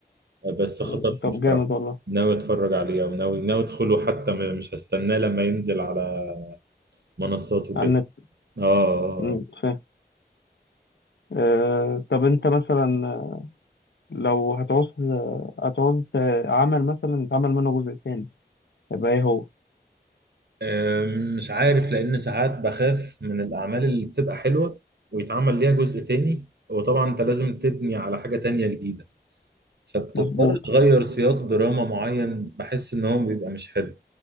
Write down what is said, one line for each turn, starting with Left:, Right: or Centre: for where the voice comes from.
Right: بس خطفني
Left: مم. طب
Right: بصراحة
Left: جامد والله
Right: ناوي اتفرج عليه او ناوي ناوي ادخله حتى م- مش هستناه لما ينزل على منصات وكده
Left: على النت
Right: اه آه،
Left: مم،
Right: آه.
Left: فاهم آه طب انت مثلا آه، لو هتعوز آه، هتعوز آه، عمل مثلا يتعمل منه جزء تاني يبقى ايه هو
Right: أم، مش عارف لأن ساعات بخاف من الأعمال اللي بتبقى حلوة ويتعمل ليها جزء تاني وطبعا أنت لازم تبني على حاجة تانية جديدة فبتضطر
Left: مظبوط
Right: تغير سياق دراما معين بحس إن هو بيبقى مش حلو